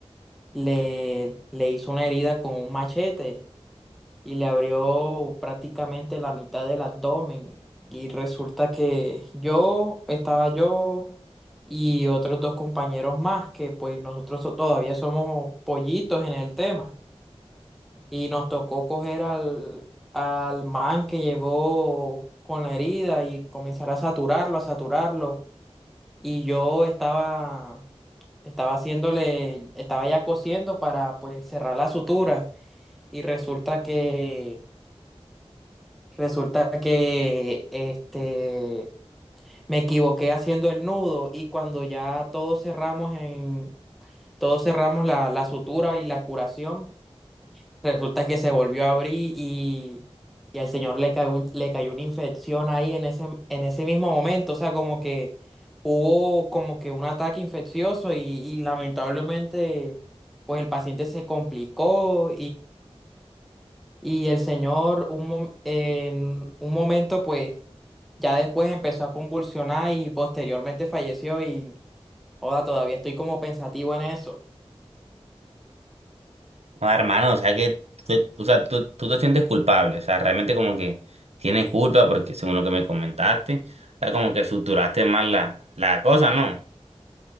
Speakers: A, in the centre; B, on the right.
A: le, le hizo una herida con un machete y le abrió prácticamente la mitad del abdomen. Y resulta que yo, estaba yo y otros dos compañeros más, que pues nosotros so- todavía somos pollitos en el tema. Y nos tocó coger al, al man que llegó con la herida y comenzar a saturarlo, a saturarlo. Y yo estaba, estaba haciéndole, estaba ya cosiendo para pues cerrar la sutura. Y resulta que Resulta que este me equivoqué haciendo el nudo y cuando ya todos cerramos en todos cerramos la, la sutura y la curación, resulta que se volvió a abrir y, y al señor le cayó, un- le cayó una infección ahí en ese, en ese mismo momento. O sea, como que hubo como que un ataque infeccioso y, y lamentablemente pues el paciente se complicó y el señor un mom- en un momento, pues, ya después empezó a convulsionar y posteriormente falleció y, joda, todavía estoy como pensativo en eso.
B: No, hermano, o sea que, tú- o sea, tú, tú te sientes culpable. O sea, realmente como que tienes culpa porque según lo que me comentaste, o sea, como que suturaste mal la, la cosa, ¿no?